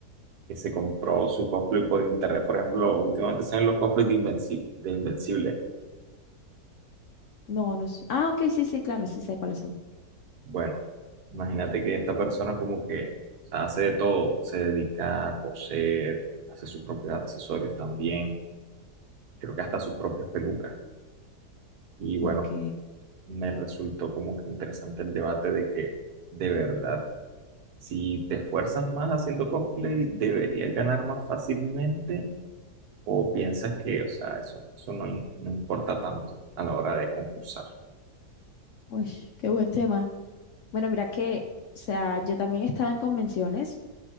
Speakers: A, on the right (about 70°); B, on the left (about 65°).
A: que se compró su cosplay por internet, por ejemplo, últimamente se ven los cosplays de Invenci- de Invencible.
B: No, no sé. Ah, ok, sí, sí, claro, sí sé cuáles son.
A: Bueno, imagínate que esta persona como que hace de todo, se dedica a coser, hace sus propios accesorios también, creo que hasta sus propias pelucas. Y bueno,
B: Ok.
A: me resultó como que interesante el debate de que de verdad, si te esfuerzas más haciendo cosplay, deberías ganar más fácilmente o piensas que, o sea, eso, eso no, im- no importa tanto a la hora de concursar.
B: Uy, qué buen tema. Bueno, mira que, o sea, yo también estaba en convenciones,